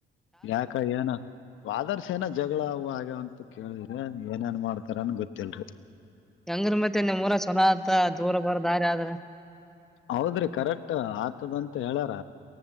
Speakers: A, on the left; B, in the centre.
A: ಯಾಕ ಏನು.. <inaudible> ವಾದರ್ಸೇನ, ಜಗಳವು ಆಗವ್, ಅಂತ ಕೇಳಿದ್ರಿ ಏನೇಏನ್ ಮಾಡ್ತಾರನ್ ಗೊತ್ತಿಲ್ರಿ. <inaudible>
B: ಹೆಂಗ್ರಿ ಮತ್ತೆ ನಿಮ್ ಊರಲಿ ಚಲೋ ಆತ್ತ ದೂರ ಬರ್ ದಾರಿ ಅದರೆ.. <inaudible>
A: ಹೌದ್ರಿ ಕರೆಕ್ಟ್ ಹಾಗುತೇ! ಅಂತ ಹೇಳರ,